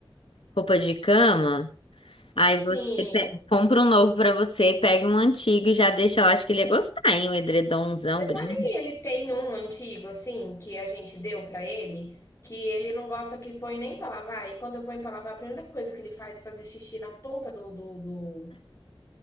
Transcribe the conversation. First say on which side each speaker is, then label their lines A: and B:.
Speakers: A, on the left (about 70°); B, on the left (about 30°).
A: Roupa de cama? Aí
B: Sim.
A: você pe- compra um novo pra você, pega um antigo e já deixa lá. Acho que ele ia gostar, hein? Um edredomzão
B: Você sabe
A: grande.
B: que ele tem um antigo, assim, que a gente deu pra ele, que ele não gosta que põe nem pra lavar, e quando eu ponho pra lavar, a primeira coisa que ele faz é fazer xixi na ponta do, do, do,